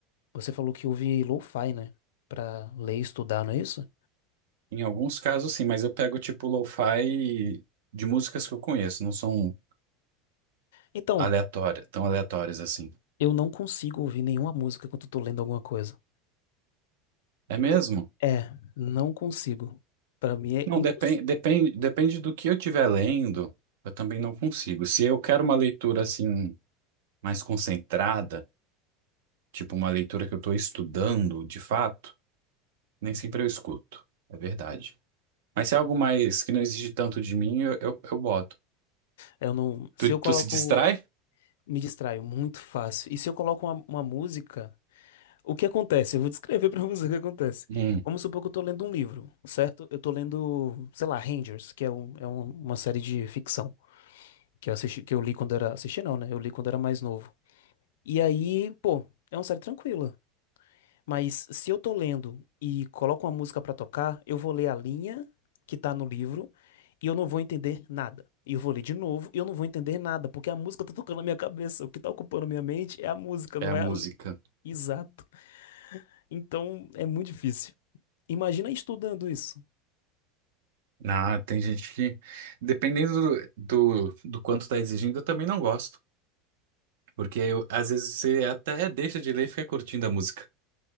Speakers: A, on the left; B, on the right.
A: Você falou que ouve lo-fi, né? Pra ler e estudar, não é isso?
B: Em alguns casos, sim, mas eu pego tipo lo-fi de músicas que eu conheço, não são
A: Então,
B: aleatórias, tão aleatórias assim.
A: eu não consigo ouvir nenhuma música quando eu tô lendo alguma coisa.
B: É mesmo?
A: Por- É, não consigo. Pra mim é
B: Não,
A: impossível.
B: depende, depende, depende do que eu estiver lendo, eu também não consigo. Se eu quero uma leitura assim mais concentrada, tipo uma leitura que eu estou estudando de fato, nem sempre eu escuto. É verdade. Mas se é algo mais que não exige tanto de mim, eu, eu, eu boto.
A: Eu não. Se
B: Tu,
A: eu coloco.
B: tu se distrai?
A: Me distraio muito fácil. E se eu coloco uma, uma música, o que acontece? Eu vou descrever pra você o que acontece.
B: Hum,
A: Vamos supor que eu tô lendo um livro, certo? Eu tô lendo, sei lá, Rangers, que é, um, é um- uma série de ficção que eu assisti, que eu li quando era, assisti não, né? Eu li quando era mais novo. E aí, pô, é uma série tranquila. Mas se eu tô lendo e coloco uma música pra tocar, eu vou ler a linha que tá no livro e eu não vou entender nada. E eu vou ler de novo e eu não vou entender nada, porque a música tá tocando na minha cabeça. O que tá ocupando minha mente é a música,
B: é
A: não
B: a
A: é
B: música.
A: a... li- Exato. Então é muito difícil. Imagina estudando isso.
B: Ah, tem gente que, dependendo do, do, do quanto tá exigindo, eu também não gosto. Porque eu- às vezes você até deixa de ler e fica curtindo a música.